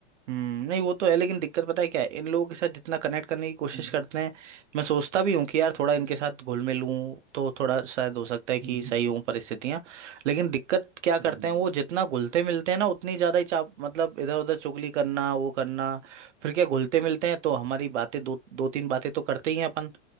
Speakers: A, on the right; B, on the right.
A: हम्म नहीं वो तो है लेकिन दिक्कत पता है क्या है इन लोगों के साथ जितना कनेक्ट करने की कोशिश
B: हम्म
A: करते हैं मैं सोचता भी हूँ कि यार थोड़ा इनके साथ घुल मिल लूँ तो थोड़ा शायद हो सकता है कि
B: हम्म
A: सही हूँ परिस्थितियाँ लेकिन दिक्कत क्या
B: हम्म
A: करते हैं वो जितना घुलते मिलते हैं ना उतनी ज़्यादा ही चाप मतलब इधर उधर चुगली करना वो करना फिर क्या घुलते मिलते हैं तो हमारी बातें दो दो तीन बातें तो करते ही हैं अपन